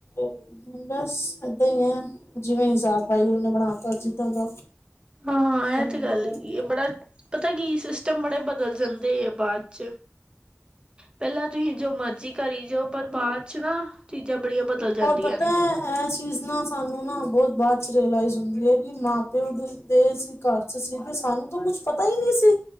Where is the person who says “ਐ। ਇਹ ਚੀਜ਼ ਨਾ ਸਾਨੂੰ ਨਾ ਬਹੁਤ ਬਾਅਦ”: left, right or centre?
Left